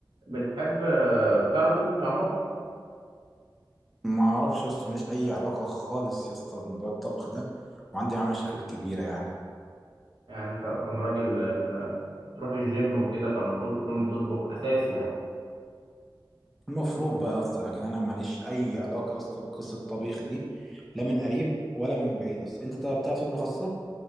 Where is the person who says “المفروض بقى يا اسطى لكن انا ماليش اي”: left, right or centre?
Centre